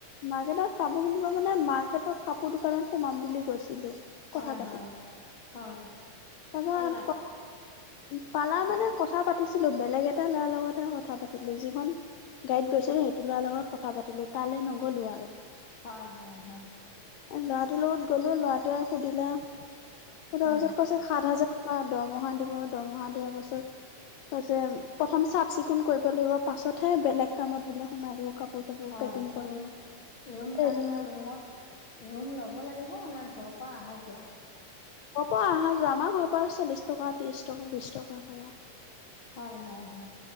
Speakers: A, on the left; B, on the left.
A: মাৰ্কেটত কাপোৰ কিনিব মানে মাৰ্কেটৰ কাপোৰ দোকানত সোমাম বুলি গৈছিলো৷
B: হয়
A: কথা পাতি
B: হয়৷ হয়৷
A: <unintelligible>
B: পালা
A: পালা মানে কথা পাতিছিলো৷বেলেগ এটা ল'ৰাৰ লগতহে কথা পাতিলো৷ যিখন গাড়ীত গৈছিলো সেইটো ল'ৰাাৰ লগত কথা পাতিলো৷তালৈ নগলো আৰু৷
B: হয় হয় হয়৷
A: ল'ৰাটোৰ লগত গলো৷ল'ৰাটোৱে সুধিলে শুধাৰ
B: হয়
A: পিছত কৈছে সাত হাজাৰ বা দৰমহা দিব৷দৰমহা দিয়া পাছত কৈছে প্ৰথম চাফ চিকুণ কৰিব লাগিব৷পাছতহে বেলেগ কামত বোলে সোমাই দিব কাপোৰ চাপোৰ
B: হয়
A: পেকিং কৰা
B: ৰুম ৰুম
A: টেইলিঙৰ
B: তাত ধৰা ৰুমত ৰুম ল'ব লাগিব না ঘৰৰ পৰা অহা যোৱা?
A: হব অহা যোৱা আমাৰ ঘৰ পৰা চল্লিশ টকা ত্ৰিশ টকা বিশ টকা ভাৰা৷
B: হয় হয় হয়